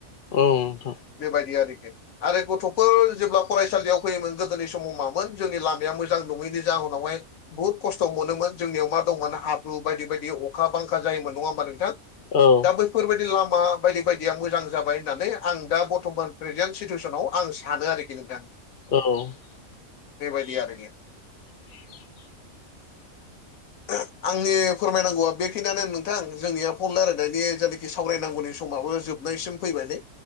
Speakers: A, on the left; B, on the left.
A: उम
B: बेबायदि आरोखि। आरो गथफोर जेब्ला फरायसालियाव फैयोमोन गोदोनि समाव मामोन जोंनि लामाया मोजां नङैनि जाउनावहाय बुहुत खस्थ मोनोमोन जोंनियाव मा दंमोन हाब्रु बायदि बायदि अखा बांखा जायोमोन नङा होमबा नोंथां।
A: औ
B: दा बैफोरबायदि लामा बायदि बायदिया मोजां जाबाय होननानै आं दा बर्थमान प्रेजेन्ट सिटुवेसनाव आं सानो आरोखि। नोंथां
A: औ
B: बेबायदि आरोखि।
A: <inaudible>
B: <inaudible> आंनि फोरमायनांगौआ बेखिनियानो नोंथां जोंनिया फन रायलायनायनि जायनाखि सावरायनांगौनि समाबो जोब नायसिम फैबाय नै